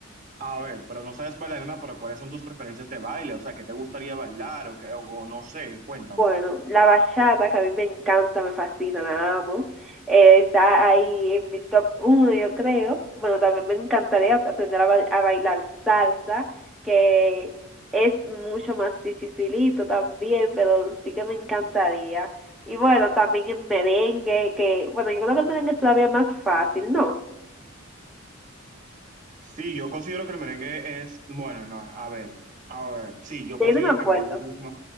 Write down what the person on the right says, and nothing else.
A ver, pero no sabes bailar nada, pero ¿cuáles son tus preferencias de baile? O sea, ¿qué te gustaría bailar o qué, o o no sé, cuéntame.
Sí, yo considero que el merengue es, bueno, no, a ver, a ver, sí, yo considero
que el merengue es mucho más,